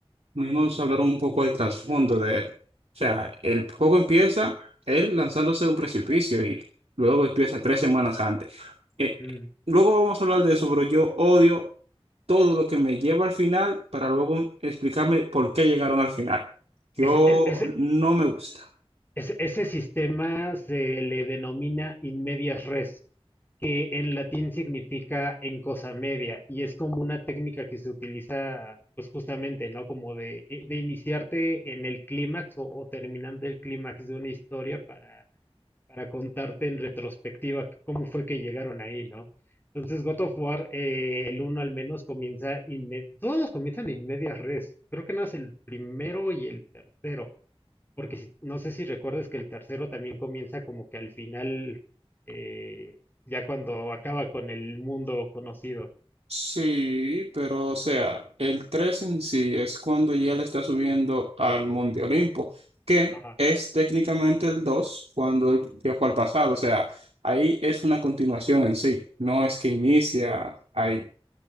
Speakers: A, on the right; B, on the left.
A: Vamos a hablar un poco del trasfondo de él. O sea, el juego empieza él lanzándose de un precipicio y luego empieza tres semanas antes. Eh,
B: mm.
A: eh, luego vamos a hablar de eso, pero yo odio todo lo que me lleva al final para luego explicarme por qué llegaron al final. Yo
B: Ese, es- ese-
A: no me gusta.
B: ese- ese sistema se le denomina in medias res, que en latín significa en cosa media, y es como una técnica que se utiliza, pues justamente, ¿no? Como de, eh, de iniciarte en el clímax o, o terminando el clímax de una historia para para contarte en retrospectiva cómo fue que llegaron ahí, ¿no? Entonces, God of War, eh, el uno al menos comienza, inme- todos comienzan en media res. Creo que no es el primero y el tercero, porque si- no sé si recuerdas que el tercero también comienza como que al final, eh, ya cuando acaba con el mundo conocido.
A: Sí, pero o sea, el 3 en sí es cuando ya le está subiendo al Monte Olimpo, que
B: Ajá.
A: es técnicamente el 2 cuando él viajó al pasado, o sea, ahí es una continuación en sí, no es que inicia ahí.